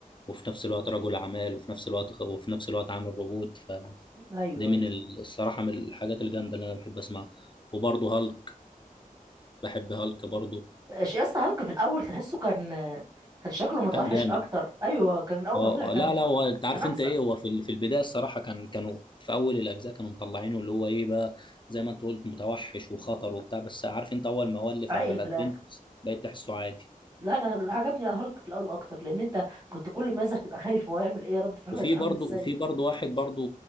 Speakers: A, on the left (about 35°); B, on the right (about 25°).
A: وفي نفس الوقت رجل اعمال وفي نفس الوقت وفي نفس الوقت عامل روبوت فدي
B: ايوه
A: من
B: ايوه
A: ال- الصراحه من الحاجات الجامده اللي انا بحب اسمعها وبرضه هالك بحب هالك برضه
B: ش- يا اسطى هالك في الاول تحسه كان كان شكله متوحش
A: كان جامد
B: اكتر ايوه كان اول
A: اه
B: ما طلع كان
A: لا لا هو انت عارف
B: كان احسن
A: انت ايه هو في ال- في البدايه الصراحه كان كانوا في اول الاجزاء كانوا مطلعينه اللي هو ايه بقى زي ما انت قلت متوحش وخطر وبتاع بس عارف انت اول ما ولف
B: عاقل
A: على الادفنتس
B: في الاخر
A: بقيت تحسه عادي
B: لا انا عجبني هالك في الاول اكتر لان انت كنت كل ما يظهر تبقى خايف هو يعمل ايه رد فعله
A: وفي
B: هيبقى
A: برضه
B: عامل ازاي
A: وفي برضه واحد برضه